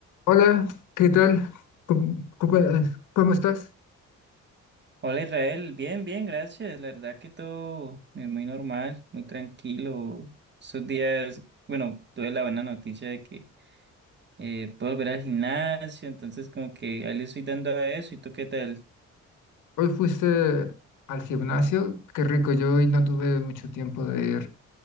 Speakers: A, on the left; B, on the right.
A: Hola, ¿qué tal? ¿Cómo, cómo- eh, cómo estás?
B: Hola Israel, bien, bien, gracias. La verdad que todo eh, muy normal, muy tranquilo. Esos días, bueno, tuve la buena noticia de que eh, puedo volver al gimnasio, entonces como que ahí le estoy dando a eso. ¿Y tú qué tal?
A: Hoy fuiste al gimnasio. Qué rico, yo hoy no tuve mucho tiempo de ir